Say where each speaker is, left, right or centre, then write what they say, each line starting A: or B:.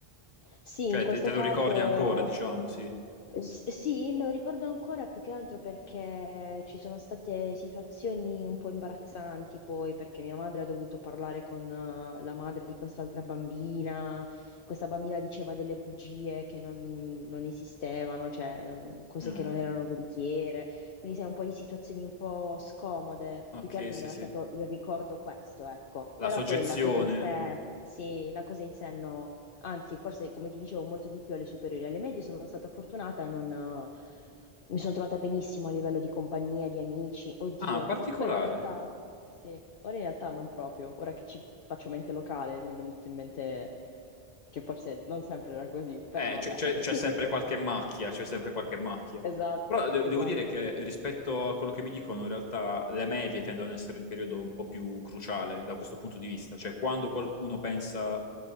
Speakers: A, on the left; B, on the left.
A: Sì,
B: cioè
A: in questo
B: te, te
A: caso.
B: lo ricordi ancora, diciamo, sì.
A: S- Sì, me lo ricordo ancora più che altro perché ci sono state situazioni un po' imbarazzanti poi, perché mia madre ha dovuto parlare con eh, la madre di quest'altra bambina, questa bambina diceva delle bugie che non, non esistevano, cioè non- cose
B: Eh,
A: che non erano veritiere, quindi sai un po' di situazioni un po' scomode,
B: ok,
A: più che altro
B: sì,
A: mi ha lasciato
B: sì.
A: il ricordo questo, ecco, però
B: La soggezione.
A: poi la cosa in sé, sì, la cosa in sé no. Anzi, forse come ti dicevo, molto di più alle superiori. Alle medie sono stata fortunata e non, eh, mi sono trovata benissimo a livello di compagnia, di amici. Oddio,
B: Ah, particolare.
A: <laughs> ora in realtà, sì, ora in realtà non proprio. Ora che ci faccio mente locale, mi è venuto in mente che forse non sempre era così, però
B: Eh,
A: vabbè.
B: c'è c'è- c'è
A: <laughs>
B: sempre qualche macchia, c'è sempre qualche macchia.
A: Esatto,
B: Però de-
A: esatto.
B: devo dire che rispetto a quello che mi dicono, in realtà le medie tendono ad essere il periodo un po' più cruciale da questo punto di vista. Cioè, quando qualcuno pensa